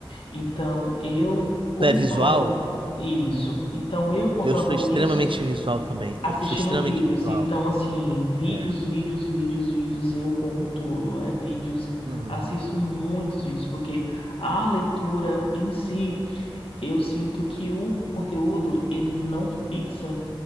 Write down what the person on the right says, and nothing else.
Tu é visual?
Eu sou extremamente
visual também.
Eu sou extremamente
visual.
É.
Uhum.